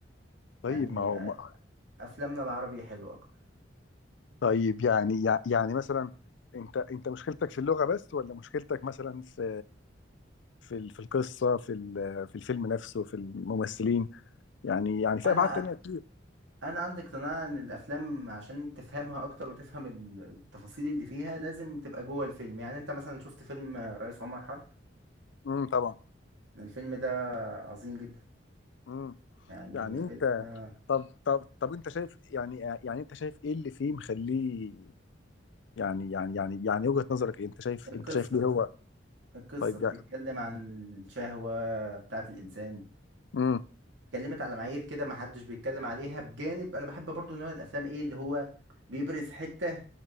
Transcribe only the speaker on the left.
طيب
ما هو ما-
طيب يعني يع- يعني مثلا انت انت مشكلتك في اللغة بس ولا مشكلتك مثلا في في ال- في القصة في ال- في الفيلم نفسه في الممثلين يعني يعني في
ابعاد تانية كتير
امم طبعا
امم
يعني
انت طب طب طب انت شايف يعني يعني انت شايف ايه اللي فيه مخليه يعني يعني يعني يعني وجهة نظرك ايه انت شايف
انت شايف ليه هو
طيب
يعني
امم